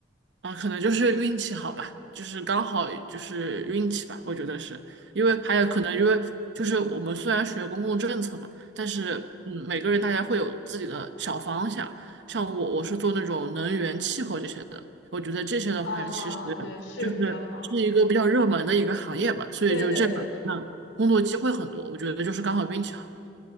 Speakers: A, on the right; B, on the left.
A: 啊，可能就是运气好吧，就是刚好就是运气吧，我觉得是，因为还有可能因为就是我们虽然学公共政策嘛，
B: 嗯，
A: 但是嗯，
B: 嗯
A: 每个人大家会有自己的小方向，像我我是做那种能源、气候这些的，我觉得这些的话其实
B: 啊，对，是比较好，
A: 就是是一个比较热门的一个行业吧，
B: 嗯，
A: 所以就这两个工作机会很多，
B: 对对对对。
A: 我觉得就是刚好运气好。